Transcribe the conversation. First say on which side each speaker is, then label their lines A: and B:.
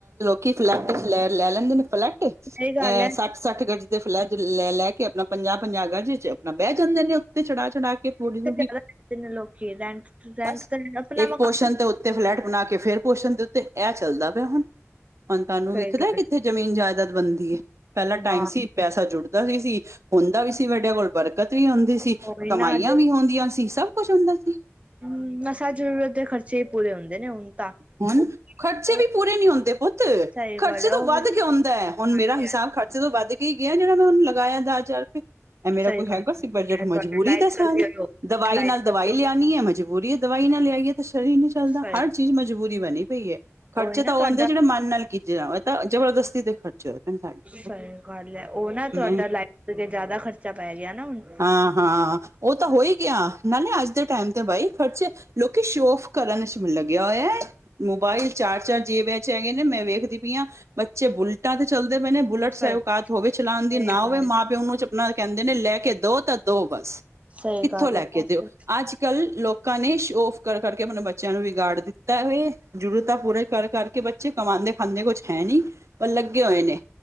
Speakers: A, on the right; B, on the right.
A: ਕਿ ਫਲੈਟ ਲੈ-ਲੈ ਲੈਂਦੇ ਨੇ ਫਲੈਟ, ਅਹ
B: ਸਹੀ ਗੱਲ ਹੈ
A: ਸੱਠ-ਸੱਠ ਗਜ਼ ਦੇ ਫਲੈਟ ਲੈ-ਲੈ ਕੇ ਆਪਣਾ ਪੰਜਾ-ਪੰਜਾ ਗਜ ਇਚ। ਅਪਣਾ ਬੈ ਜਾਂਦੇ ਨੇ ਉੱਤੇ ਚੜਾ-ਚੜਾ ਕੇ ਪੋੜੀ ਨੂੰ
B: ਜ਼ਿਆਦਾ
A: ਵੀ
B: ਲੋਕੀ ਰੈਂਟ ਰੈਂਟ
A: ਬਸ।
B: ਤੇ ਆਪਣਾ
A: ਇੱਕ
B: ਮਕਾਨ
A: ਪੋਸ਼ਨ ਤੇ ਉ ਫਲੈਟ ਬਣਾ ਕੇ ਫੇਰ ਪੋਸ਼ਨ ਦੇ ਉੱਤੇ, ਏ ਚੱਲਦਾ ਪਿਆ ਹੁਣ-ਹੁਣ ਤੁਹਾਨੂੰ
B: ਸਹੀ
A: ਵਿਖਦਾ
B: ਗੱਲ
A: ਕਿੱਥੇ ਜ਼ਮੀਨ-ਜਾਇਦਾਦ ਬਣਦੀ ਹੈ, ਪਹਿਲਾ
B: ਨਾ
A: ਟਾਈਮ ਸੀ ਪੈਸਾ ਜੁੜਦਾ ਵੀ ਸੀ। ਹੁੰਦਾ ਵੀ ਸੀ ਵੱਡਿਆਂ ਕੋਲ ਬਰਕਤ ਵੀ ਹੁੰਦੀ ਸੀ
B: ਉਹੀ
A: ਕਮਾਈਆਂ
B: ਨਾ
A: ਵੀ ਹੁੰਦੀਆਂ ਸੀ ਸਭ ਕੁੱਛ ਹੁੰਦਾ ਸੀ
B: ਹਮ ਮਸਾ ਜ਼ਰੂਰਤ ਦੇ ਖਰਚੇ ਹੀ ਪੂਰੇ ਹੁੰਦੇ ਨੇ ਹੁਣ ਤਾਂ
A: ਹੁਣ ਖਰਚੇ
B: ਉਹ
A: ਵੀ ਪੂਰੇ ਨਹੀਂ ਹੁੰਦੇ ਪੁੱਤ
B: ਸਹੀ
A: ਖਰਚੇ
B: ਗੱਲ ਹੈ
A: ਤੋਂ
B: ਉਹ
A: ਵੱਧ
B: ਵੀ
A: ਕੇ ਹੁੰਦਾ ਹੈ
B: ਹਾਂਜੀ
A: ਹੁਣ ਮੇਰਾ ਹਿਸਾਬ
B: ਹਾਂਜੀ
A: ਖਰਚੇ ਤੋਂ ਵੱਧ ਕਿ ਗਿਆ ਜਿਹੜਾ ਮੈਂ ਉਹਨੂੰ ਲਗਾਇਆ ਦਾ ਚਾਰ ਕੇ ਇਹ ਮੇਰਾ
B: ਸਹੀ
A: ਕੋਈ
B: ਗੱਲ
A: ਹੈਗਾ ਸੀ ਬਜਟ
B: ਹੈ ਤੁਹਾਡੇ
A: ਮਜਬੂਰੀ
B: ਲਾਈਟ
A: ਦੱਸਾਂ
B: ਕਰਕੇ
A: ਹੁਣ
B: ਹੋ
A: ਦਵਾਈ
B: ਲਾਈਟ
A: ਨਾਲ ਦਵਾਈ
B: ਕਰਕੇ
A: ਲਿਆਉਣੀ ਹੈ ਮਜਬੂਰੀ ਦਵਾਈ ਨਾ ਲਿਆਈਏ ਤੇ ਸ਼ਰੀਰ ਨੀ ਚੱਲਦਾ
B: ਸਹੀ
A: ਹਰ ਚੀਜ ਮਜਬੂਰੀ ਬਣੀ ਪਈ ਹੈ ਖਰਚੇ
B: ਉਹੀ
A: ਤਾਂ
B: ਨਾ
A: ਉਹ
B: ਤੁਹਾਡਾ
A: ਆਉਂਦੇ ਜਿਹੜੇ ਮਨ ਨਾਲ ਕੀਤੇ ਜਾਣ ਇਹ ਤਾਂ ਜਬਰਦਸਤੀ ਦੇ ਖਰਚੇ ਹੋਏ ਪਏ ਨੇ ਸਾਡੇ
B: ਸਹੀ ਗੱਲ ਹੈ ਉਹ ਨਾ ਤੁਹਾਡਾ
A: ਮੈਂ
B: ਲਾਇਟ ਤੇ ਜਿਆਦਾ ਖਰਚਾ ਪੈ ਗਿਆ ਨਾ ਹੁਣ
A: ਹਾਂ ਹਾਂ ਉਹ ਤਾਂ ਹੋ ਹੀ ਗਿਆ ਨਾਲੇ ਅੱਜ ਦੇ ਟੈਮ ਤੇ ਬਾਈ ਖਰਚੇ ਲੋਕੀ ਸ਼ੋ ਔਫ਼ ਕਰਨ ਚ ਲੱ ਕਿਆ ਹੋਇਆ ਮੋਬਾਇਲ ਚਾਰ ਚਾਰ ਜੇਬਾਂ ਚ ਹੈਗੇ ਨੇ ਮੈਂ ਵੇਖਦੀ ਪਈ ਹਾਂ ਬੱਚੇ ਬੁਲਟਾਂ ਤੇ ਚੱਲਦੇ ਪਏ ਨੇ ਬੁਲਟ ਚਾਹੇ
B: ਸਹੀ
A: ਔਕਾਤ ਹੋਵੇ ਚਲਾਉਣ
B: ਸਹੀ
A: ਦੀ ਨਾ ਹੋਵੇ
B: ਗੱਲ
A: ਮਾਂ ਪਿਓ ਨੂੰ ਆਪਣਾ ਕਹਿੰਦੇ ਨੇ ਲੈ ਕੇ ਦੋ ਤਾਂ ਦੋ ਬਸ
B: ਸਹੀ
A: ਕਿੱਥੋਂ
B: ਗੱਲ
A: ਲੈ
B: ਹੈ ਪੈਸੇ
A: ਕੇ ਦਿਓ ਅੱਜ ਕੱਲ ਲੋਕਾਂ ਨੇ ਸ਼ੋ ਔਫ਼ ਕਰ ਕਰ ਕੇ ਆਪਣੇ ਬੱਚਿਆਂ ਨੂੰ ਵਿਗਾੜ ਦਿੱਤਾ ਹੈ ਜ਼ਰੂਰਤਾਂ ਪੂਰੀ ਕਰ ਕਰ ਕੇ ਬੱਚੇ ਕਮਾਉਂਦੇ ਖਾਂਦੇ ਕੁੱਛ ਹੈ ਨਹੀਂ ਔਰ ਲੱਗੇ ਹੋਏ ਨੇ